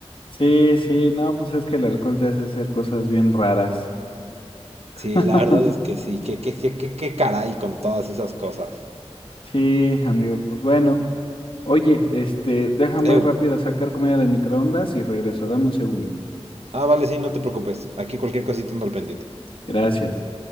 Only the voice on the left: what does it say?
Sí, sí, no, pues es que el alcohol te hace hacer cosas bien raras.
<laughs>
Sí, amigo, pues bueno. Oye, este, déjame
rápido sacar comida del microondas y regreso. Dame un segundo.
Gracias.